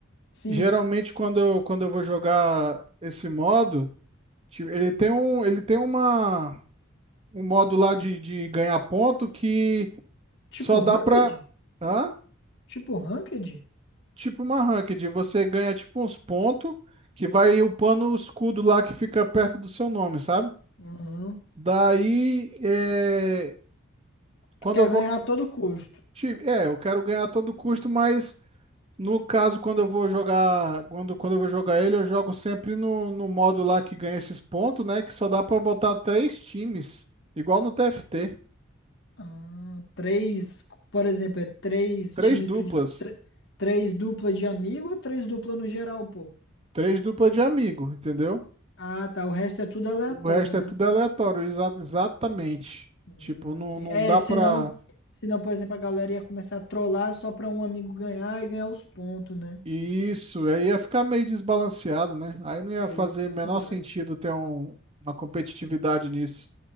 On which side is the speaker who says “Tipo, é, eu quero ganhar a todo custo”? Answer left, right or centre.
Right